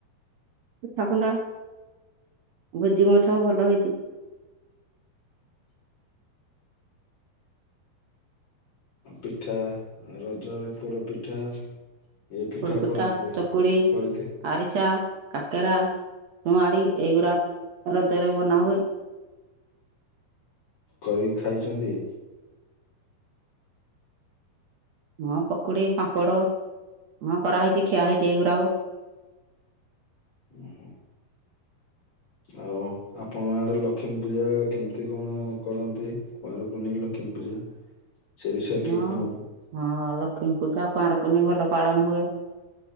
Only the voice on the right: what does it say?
ପଠା ଖଣ୍ଡା ଭୋଜିମଛ ଭଲ ହେଇଚି।
ପୋଡପିଠା
ଚକୁଳି
ଆରିସା କାକେରା ନୁଆଡି ଏଇଗୁଡ଼ା ରଜରେ ବନାହୁଏ।
ହଁ ପକୁଡି, ପାମ୍ପଡ଼ ହଁ କରାହେଇଚି ଖିଆ ହେଇଚି ଏଇଗୁରାକ
ହଁ
ହଁ ଲକ୍ଷ୍ମୀ ପୂଜା କୁଆଁର ପୁନେଇ ଭଲ ପାଳନ ହୁଏ।